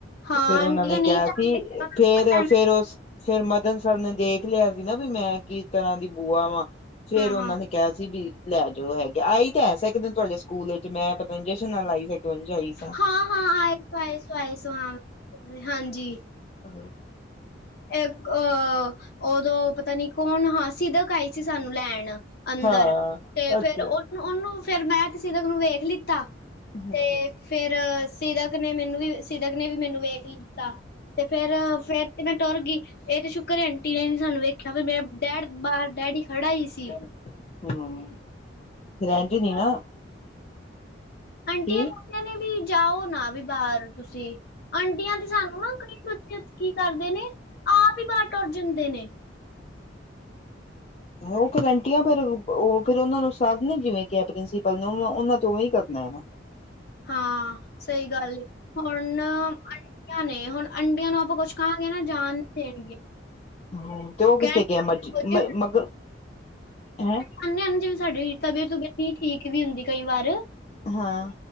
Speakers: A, on the left; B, on the left.
A: ਹਾਂ
B: ਫੇਰ ਉਹਨਾਂ
A: ਆਂਟੀਆਂ
B: ਨੇ
A: ਨਹੀਂ
B: ਕਿਹਾ
A: ਜਾਣਦੇ
B: ਸੀ। ਫੇਰ,
A: ਪਤਾ
B: ਫੇਰ ਉਸ ਫੇਰ ਮਦਨ ਸਰ ਨੇ ਦੇਖ ਦੇਖ ਲਿਆ ਸੀ ਨਾ ਵੀ ਮੈਂ ਕਿਸ ਤਰ੍ਹਾਂ ਦੀ ਬੂਆ ਵਾ। ਫੇਰ
A: ਹਾਂ
B: ਉਹਨਾਂ
A: ਹਾਂ
B: ਨੇ ਕਿਹਾ ਸੀ ਵੀ ਲੈ ਜਾਓ ਹੈਗੇ ਆਈ ਤਾਂ ਐਸ ਇੱਕ ਦਿਨ ਤੁਹਾਡੇ ਸਕੂਲ ਵਿੱਚ ਮੈਂ ਪਤਾ ਨਹੀ ਜਸ਼ਨ ਨਾਲ ਆਈ ਸੀ ਤੇ ਉਜ ਸੀ।
A: ਹਾਂ- ਹਾਂ ਆਏ ਸੋ ਆਏ ਸੋ ਆਏ ਸੋ ਹਾਂ ਹਾਂਜੀ
B: ਹਾਂ
A: ਇਕ, ਉਦੋਂ ਪਤਾ ਨੀ ਕੌਣ ਹਾਂ, ਸਿਦਕ ਆਾਈ ਸੀ ਸਾਨੂੰ ਲੈਣ। ਅੰਦਰ
B: ਹਾਂ
A: ਤੇ
B: ਅੱਛਾ
A: ਫੇਰ ਉਹ ਉਹਨੂੰ ਫੇਰ ਮੈਂ ਸਿਦਕ ਨੂੰ ਵੇਖ ਲਿੱਤਾ
B: ਹਮ
A: ਤੇ ਫੇਰ ਸਿਦਕ ਨੇ ਮੈਨੂੰ ਵੀ ਸਿਦਕ ਨੇ ਵੀ ਮੈਨੂੰ ਵੇਖ ਲਤਾ ਤੇ ਫੇਰ-ਫੇਰ ਤੇ ਮੈਂ ਤੁਰ ਗਈ ਇਹ ਤੇ ਸ਼ੁੱਕਰ ਆਂਟੀ ਨੇ ਸਾਨੂੰ ਵੇਖਿਆ ਫਿਰ ਮੇ ਡੈਡ ਬਾਹਰ ਡੈਡੀ ਖੜਾ ਹੀ ਸੀ।
B: ਹਾਂ ਫੇਰ ਇਂਝ ਨ ਨਾ।
A: ਆਂਟੀ
B: ਕੀ
A: ਏ <unintelligible> ਨੇ ਵੀ ਜਾਓ ਨਾ ਵੀ ਬਾਹਰ ਤੁਸੀਂ ਆਂਟੀਆਂ ਤੇ ਸਾਨੂੰ ਨਾ ਕਈ 'ਚ ਕੀ ਕਰਦੇ ਨੇ ਆਪ ਹੀ ਬਾਹਰ ਤੁਰ ਜਾਂਦੇ ਨੇ।
B: ਰੂਮ 'ਚ ਬੈਠੀ ਆਂ ਪਰ ਉਹ ਫੇਰ ਉਹ ਫੇਰ ਉਹ ਨੂੰ ਸਰ ਨੇ ਜਿਵੇਂ ਕਿ ਪ੍ਰਿੰਸੀਪਲ ਨੇ ਉਹਨਾਂ ਤੇ ਉ ਵੀ ਕਰਨਾ ਏ ਨਾ। <inaudible>
A: ਹਾਂ ਸਹੀ ਗੱਲ ਏ। ਹੁਣ ਆਂਟੀਆਂ ਨੇ ਹੁਣ ਆਂਟੀਆਂ ਨੂੰ ਆਪਾਂ ਕੁਛ ਕਹਾਂਗੇ ਨਾ ਜਾਨ ਨੀ ਦੇਣਗੇ।
B: ਹੂੰ ਤੇ ਉਹ ਕਿਥੇ
A: ਕਹਿਣਗੇ
B: ਕਿ ਮ-ਮ ਮਗਰ ਹੈਂ।
A: ਹਾਂਜੀ-ਹਾਂਜੀ ਜਿਵੇਂ ਸਾਡੀ ਤਬੀਅਤ- ਤਬੀਅਤ ਹੀ ਠੀਕ ਵੀ ਹੁੰਦੀ ਕਈ ਵਾਰ
B: ਹਾਂ